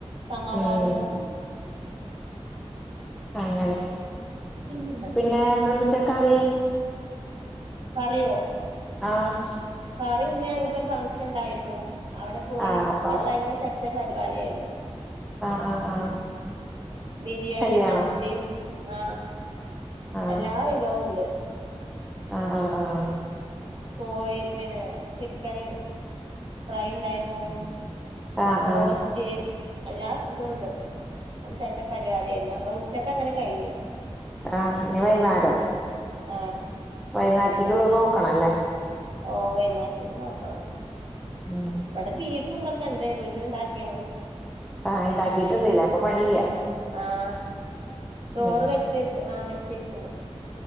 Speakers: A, on the right; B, in the centre.
A: സമാധാനം
B: ഉം
A: ഉണ്ടാ
B: അങ്ങനെ
A: ഇന്നില്ല
B: പിന്നെ ഇന്നെന്തു ട്ട കറി
A: കറിയോ?
B: ആഹ്
A: കറി ഇന്ന് ഞങ്ങക്ക് ഒരു ഫംഗ്ഷൻ ഇണ്ടായിരുന്നു അവിടെ പോയി
B: ആഹ് അപ്പൊ
A: അവിടെ ഭയങ്കര സെറ്റ് പരിപാടിയയിര്ന്നു
B: ആഹ് ആഹ് ആഹ്
A: ബിരിയാണി
B: കല്യാണ
A: മന്തിയും ആഹ്
B: ആഹ്
A: എല്ലാ വിഭവവും ഇണ്ട്
B: ആഹ് ആഹ് ആഹ്
A: കോഴി പിന്നെ ചിക്കൻ ഫ്രൈ ഇണ്ടായിരുന്നു
B: ആഹ്
A: ബ്രോസ്റ്റ്
B: ആഹ്
A: എല്ലാ ഇതുണ്ട് അത് സെറ്റപ്പ് പരിപാടിയായിരുന്നു അപ്പ ഉച്ചക്ക് അങ്ങനെ കഴിഞ്ഞു
B: ആഹ് ഇനി വൈകുന്നേരം
A: ആഹ്
B: വൈകുന്നേരത്തേക്കുള്ള നോക്കണല്ലേ
A: ഓ വൈകുന്നേരത്തെക്ക് നോക്കണം
B: ഉം
A: ഇവിടെ ബീഫ് ഇതൊക്കെ ഇണ്ട് ഉണ്ടാക്കിന്ന്
B: ആഹ് ഇണ്ടാക്കിട്ടുണ്ടല്ലേ അപ്പൊ പണിയില്ല
A: ആഹ് ചോറ്
B: ഉം
A: വെച്ച് വെച്ചു ആഹ് വെച്ചേച്ചു